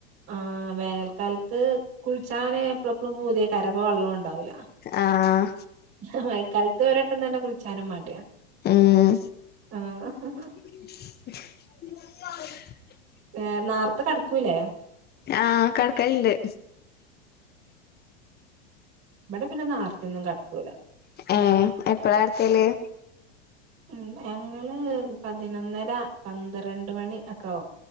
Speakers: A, on the right (about 45°); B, on the left (about 30°).
A: ആ വേനൽക്കാലത്ത് കുൾച്ചാന് എപ്പളും പ്പളും പുതിയകാരം പോ വള്ളും ണ്ട് ണ്ടാവുല്ലഹും
B: ആഹ്
A: മഴക്കാലത്ത് ഒരട്ടം തന്നെ കുളിച്ചാനും മടിയാണ്.
B: ഉം
A: ആഹ ഹും ഹു
B: <inaudible>
A: ഏ നാർത്ത കടക്കൂലേ?
B: ആഹ കടക്കലിണ്ട്.
A: ബടെ പിന്നെ നാര്ത്തെയൊന്നും കടക്കൂല.
B: ഏാ എപ്പഴാട്ക്കല്
A: ഹും ഞങ്ങള് പതിനൊന്നര, പന്ത്രണ്ട് മണി, ഒക്കെ ആവും